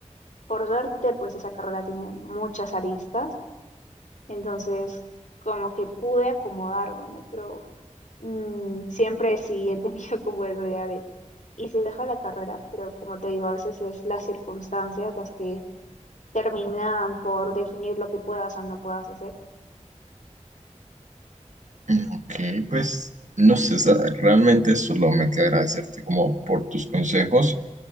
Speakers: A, on the left; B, on the right.
A: Por suerte, pues esa carrera tiene muchas aristas, entonces como que pude acomodarme, ¿no? Pero mm, siempre sí he tenido <laughs> como esa idea de, y se deja la carrera, pero como te digo, a veces es las circunstancias las que terminan por definir lo que puedas o no puedas hacer.
B: Mm, Ok, pues no sé, sa- realmente solo me queda agradecerte como por tus consejos